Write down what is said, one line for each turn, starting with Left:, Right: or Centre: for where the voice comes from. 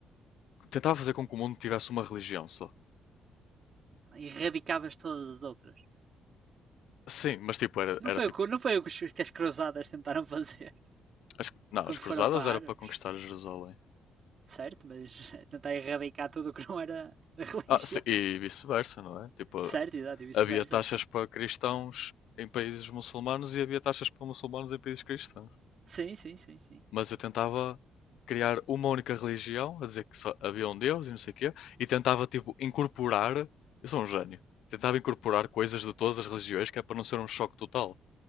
Left: Tentava fazer com que o mundo tivesse uma religião só.
Right: Erradicavas todas as outras.
Left: Sim, mas tipo, era,
Right: Não
Left: era
Right: foi
Left: tipo
Right: o que, não foi o que as cruzadas tentaram <laughs> fazer
Left: As- não,
Right: quando
Left: as cruzadas
Right: foram para
Left: era
Right: árabes.
Left: para conquistar Jerusalém.
Right: Certo, mas <laughs> tentar erradicar tudo o que não era da <laughs> religião
Left: Ah, sim, e
Right: dele.
Left: vice-versa, não é? Tipo,
Right: Certo, exato, e vice-versa,
Left: havia taxas
Right: sim.
Left: para cristãos em países muçulmanos e havia taxas para muçulmanos em países cristãos.
Right: Sim, sim, sim, sim.
Left: Mas eu tentava criar uma única religião, a dizer que só havia um Deus e não sei o quê, e tentava, tipo, incorporar. Eu sou um gênio. Tentava incorporar coisas de todas as religiões, que é para não ser um choque total.